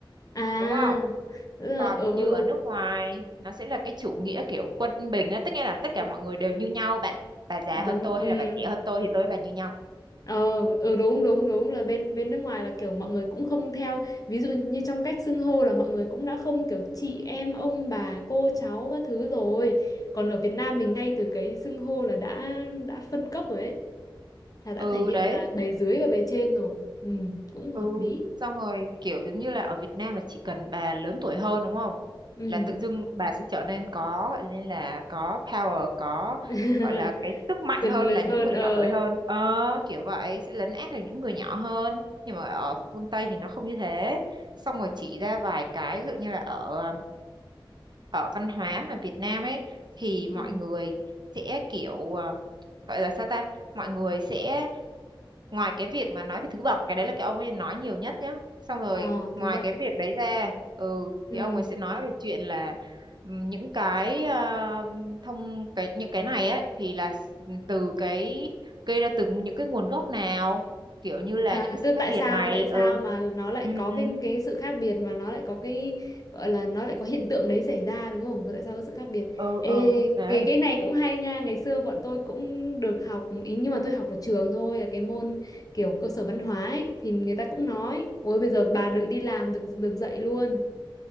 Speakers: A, on the left; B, on the right.
A: À,
B: đúng không
A: tức là
B: còn
A: ừ
B: như ở nước ngoài nó sẽ là cái chủ nghĩa kiểu quân bình á tức nghĩa là tất cả
A: ừ,
B: mọi người đều như nhau bạn bà già
A: giống
B: hơn tôi
A: ừ.
B: hay là bà trẻ hơn tôi thì tôi với bà như nhau
A: Ờ, ừ, đúng đúng đúng là bên bên nước ngoài là kiểu mọi người cũng không theo ví dụ như trong cách xưng hô là mọi người cũng đã không kiểu chị em ông bà cô cháu các thứ rồi còn ở Việt Nam mình ngay từ cái xưng hô là đã đã phân cấp rồi ấy là đã
B: ừ
A: thể hiện
B: đấy
A: là bề dưới và bề trên rồi ừ, cũng
B: ừ
A: hợp lý
B: xong rồi kiểu giống như là ở Việt Nam là chỉ cần bà lớn tuổi hơn đúng không
A: ừ.
B: là tự dưng bà sẽ trở nên có gọi nên là có power có
A: <laughs>
B: gọi là cái sức mạnh
A: quyền
B: hơn
A: lực
B: là những
A: hơn
B: người
A: ờ
B: nhỏ tuổi hơn ờ kiểu vậy sẽ lấn át được những người nhỏ hơn nhưng mà ở phương Tây thì nó không như thế xong rồi chỉ ra vài cái ví dụ như là ở ở văn hóa mà Việt Nam ấy thì
A: ừ.
B: mọi người sẽ kiểu ờ, gọi là sao ta mọi người sẽ ngoài cái việc mà nói về thứ bậc cái đấy là cái ông ấy nói nhiều nhất nhá xong rồi
A: ờ
B: ngoài
A: thứ bậc
B: cái việc đấy ra ừ
A: ừ.
B: thì ông ấy sẽ nói về chuyện là ừm, những cái ờ, thông cái những cái này ấy thì là s- ừ, từ cái gây ra từ những cái nguồn gốc nào kiểu như là
A: À,
B: những cái sự
A: tức
B: khác
A: tại
B: biệt
A: sao
B: này
A: tại sao
B: ừ
A: mà nó lại
B: ừ
A: có
B: ừ
A: cái cái sự khác biệt mà nó lại có cái gọi là nó lại có hiện tượng đấy xảy ra đúng không? Tại sao có sự khác biệt?
B: ừ
A: Ê,
B: ừ đấy
A: cái cái này cũng hay nha. Ngày xưa bọn tôi cũng được học ý nhưng mà tôi học ở trường thôi là cái môn kiểu cơ sở văn hóa ấy, thì người ta cũng nói, ôi bây giờ bà được đi làm được được dạy luôn.